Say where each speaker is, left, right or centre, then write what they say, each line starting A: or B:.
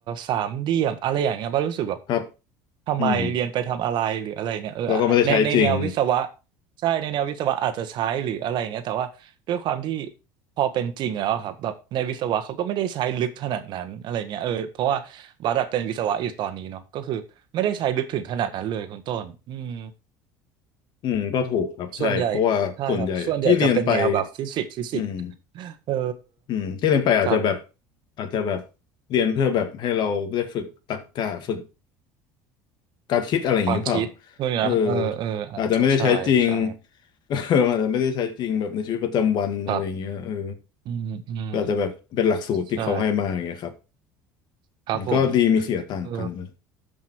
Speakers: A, on the right; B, on the left.
A: สามเหลี่ยมอะไรอย่างเงี้ยบ้างรู้สึกแบบ
B: ครับ
A: ทำไมเรียนไปทำอะไรหรืออะไรอย่างเงี้ยเออในในแนววิศวะ
B: อืมแล้วก็ไม่ได้ใช้จริง
A: ใช่ในแนววิศวะอาจจะใช้หรืออะไรอย่างเงี้ยแต่ว่าด้วยความที่พอเป็นจริงแล้วอะครับแบบในวิศวะเขาก็ไม่ได้ใช้ลึกขนาดนั้นอะไรเงี้ยเออเพราะว่าบัตรเป็นวิศวะอยู่ตอนนี้เนาะก็คือไม่ได้ใช้ลึกถึงขนาดนั้นเลยคุณต้นอืม
B: อืมก็ถูกครับใช่เพราะว่าส่วนใหญ่ที่เรียนไป
A: ส่วนใหญ่ใช่ครับส่วนใหญ่จะเป็นแนวแบบฟิสิกส์ฟิสิกส์
B: อืม
A: เออ
B: อืมที่เรียนไปอาจจะแบบ
A: ครับ
B: อาจจะแบบเรียนเพื่อแบบให้เราได้ฝึกตรรกะฝึกการคิดอะไรอย่างนี้เปล่า
A: ความคิดพวกนี้นะเออเอออาจจะใช่ใช่
B: เอออาจจะไม่ได้ใช้จริง <laughs> เอออาจจะไม่ได้ใช้จริงแบบในชีวิตประจำวันอะไรอย่างเงี้ยเออ
A: ครับอืมอืม
B: ก็อาจจะแบบเป็นหลักสูตรที่เขาให้มาอย่างเงี้ยครับ
A: ใช่ครับผม
B: อืมก็ดีมีเสียต่างกันนะ
A: เออ